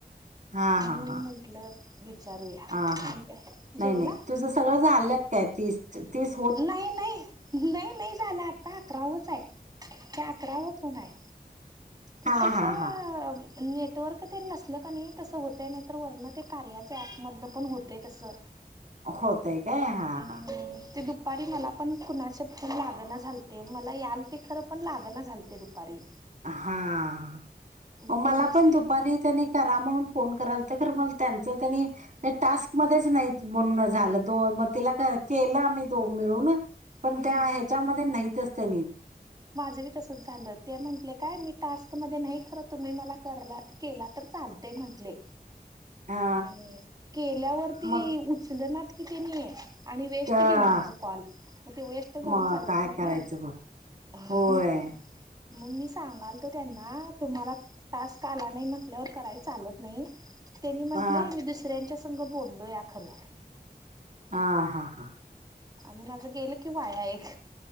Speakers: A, on the right (about 50°); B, on the right (about 25°).
A: हा
B: म्हणून
A: हा हा
B: म्हटल विचारूया
A: हा हा नाही
B: जेवला?
A: नाही तुझं सगळं झालंत काय तीस तेच
B: नाही नाही नाही नाही झालं आता अकरावच आहे. ते अकराव कोण आहे? ते
A: हा
B: कसे,
A: हा हा
B: नेटवर्क ते नसलं का नाही तसं होतं नाही तर वर्ण ते कार्याच्या ऍपमधलं पण होते तसं,
A: होतय काय हा
B: हम्म
A: हा
B: ते दुपारी दुपारी मला पण कुणाचे फोन लागण झालते. मला याल ते खरं पण लागण झालते दुपारी
A: हा
B: मग त्यांनीच
A: मला पण दुपारी त्यांनी करा म्हणून फोन कराल तर मग त्यांच त्यांनी नाही टास्क मध्येच नाही बोलणं झालं दो मग तिला केलं आम्ही दोन मिळून, पण
B: हम्म,
A: त्या ह्याच्यामध्ये नाहीतच त्यांनी,
B: माझं बी तसच झालं ते म्हंटले काय मी टास्क मध्ये नाही खरं तुम्ही मला केला तर चालेल. ते म्हटले,
A: हा
B: आणि केल्यावरती
A: मग
B: उचल नाही कि त्यांनी, आणि वेस्ट
A: का-
B: गेल माझं कॉल मग ते वेस्ट जाऊन
A: मग
B: चालत
A: काय
B: नाही ना,
A: करायचं बघ
B: ह
A: होय
B: मग मी सांगाल तो त्यांना तुम्हाला टास्क आला नाही म्हंटल्यावर करायला चालत नाही. त्यांनी म्हटलंय
A: हा
B: मी दुसऱ्यांच्या संघ बोललोय खर
A: हां हां हां
B: आणि माझं गेलं की वाया एक